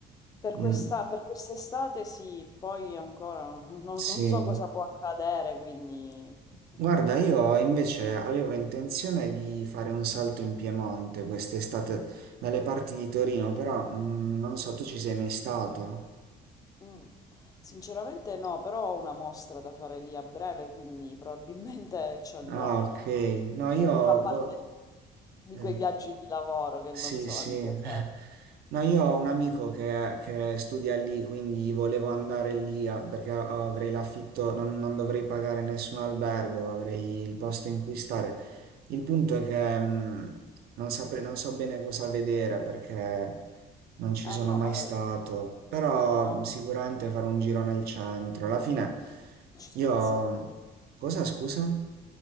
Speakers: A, on the left (about 20°); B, on the right (about 65°).
A: Per
B: Mm,
A: questa, per quest'estate sì, poi ancora <laughs> non, non
B: Sì.
A: so cosa può accadere, quindi... <laughs>
B: Guarda, io invece avevo intenzione di fare un salto in Piemonte quest'estate dalle parti di Torino, però mm, non so, tu ci sei mai stata?
A: Mm. Sinceramente no, però ho una mostra da fare lì a breve, quindi probabilmente ci andrò.
B: Ah, ok. No, io
A: Fa parte
B: boh,
A: di
B: eh,
A: quei viaggi di lavoro che
B: Sì,
A: non sono
B: sì.
A: di
B: <laughs>
A: piacere.
B: No, io ho un amico che, che studia lì, quindi volevo andare lì a- perché avrei l'affitto, non, non dovrei pagare nessun albergo, avrei il posto in cui stare. Il punto è che mh, non saprei, non so bene cosa vedere perché non ci sono
A: Eh no,
B: mai
A: ma...
B: stato, però
A: Ah,
B: mh, sicuramente farò un giro nel centro. Alla fine,
A: ci sono
B: io...
A: un s-
B: Cosa, scusa?